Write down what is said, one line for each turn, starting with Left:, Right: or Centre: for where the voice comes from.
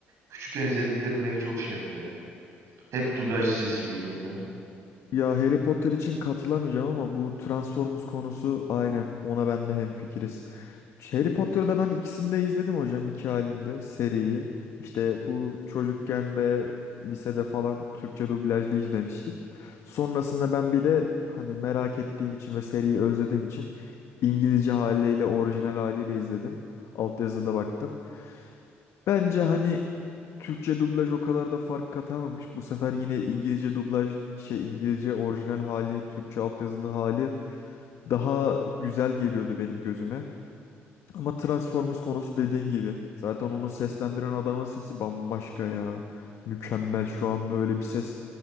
Right: küçükken izlediklerim beni çok şey yapıyor ya. Hep dublajlı sesim geliyor onların.
Left: Ya Harry Potter için katılamayacağım ama bu Transformers konusu aynen ona ben de hemfikiriz. Harry Potter'da ben ikisini de izledim hocam iki halinde seriyi. İşte bu çocukken ve lisede falan Türkçe dublajlı izlemiştik. Sonrasında ben bir de hani merak ettiğim için ve seriyi özlediğim için İngilizce haliyle orijinal haliyle izledim. Altyazıda baktım. Bence hani Türkçe dublaj o kadar da fark katamamış. Bu sefer yine İngilizce dublaj şey İngilizce orijinal hali, Türkçe altyazılı hali daha güzel geliyordu benim gözüme. Ama Transformers konusu dediğin gibi. Zaten onu seslendiren adamın sesi bambaşka ya. Mükemmel şu an öyle bir ses